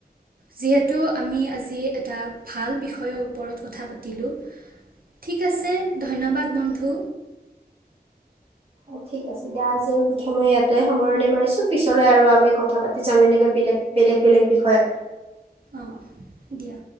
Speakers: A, on the right (about 60°); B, on the right (about 35°).
A: যিহেতু আমি আজি এটা ভাল বিষয়ৰ ওপৰত কথা পাতিলোঁ। ঠিক আছে ধন্যবাদ বন্ধু।
B: অ' ঠিক আছে দিয়া, আজিৰ প্ৰথমে ইয়াতে সামৰণি মাৰিছো পিছলৈ আৰু আমি কথা পাতি তি যাম এনেকে বেলেগ বেলেগ বেলেগ বিষয়ে।
A: অঁ দিয়া।